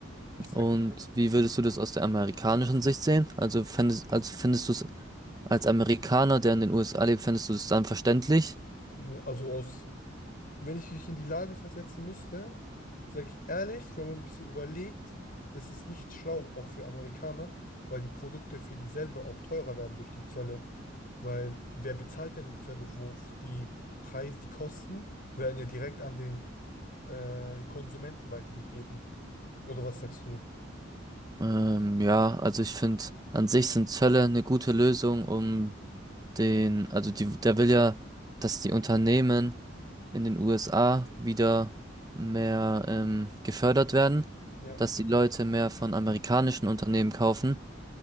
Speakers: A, on the left; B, on the right.
A: Ich sag,
B: Und wie würdest du das aus der amerikanischen Sicht sehen? Also fändest, also findest du es als Amerikaner, der in den USA lebt, findest du es dann verständlich?
A: Ne, Also aus wenn ich mich in die Lage versetzen müsste, sage ich ehrlich, wenn man ein bisschen überlegt, ist es nicht schlau, auch für Amerikaner, weil die Produkte für dieselbe auch teurer werden durch die Zölle. Weil wer bezahlt denn die Zölle? Wo die Preise, die Kosten werden ja direkt an den äh, Konsumenten weitergegeben. Oder was sagst du?
B: Ähm, ja, also ich finde, an sich sind Zölle eine gute Lösung, um den, also die, der will ja, dass die Unternehmen in den USA wieder mehr ähm, gefördert werden,
A: Ja.
B: dass die Leute mehr von amerikanischen Unternehmen kaufen,